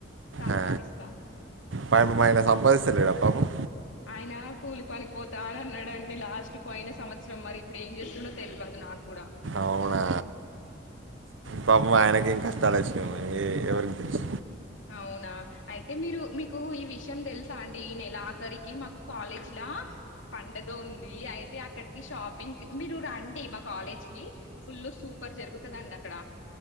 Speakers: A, on the left; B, on the right.
A: సంపాదిస్తా
B: ఆ, పాపం ఆయన సంపాదిస్తలేడా పాపం
A: ఆయన కూలి పనికిపోతా అని అన్నాడండి లాస్ట్ పోయిన సంవత్సరం మరి ఇప్పుడు ఏం చేస్తుండో తెల్వదు నాకు ఇప్పుడా
B: అవునా పాపం ఆయనకి ఏం కష్టాలు వచ్చినయో ఎవరికి తెలుసు
A: అవునా అయితే మీరు మీకు ఈ విషయం తెలుసా అండి ఈ నెలా ఆఖరికి మాకు కాలేజ్లా పండగ ఉంది అయితే అక్కడికి షాపింగ్ కి మీరు రండి మా కాలేజ్ కి ఫుల్ సూ పర్ జరుగుతుందండి అక్కడ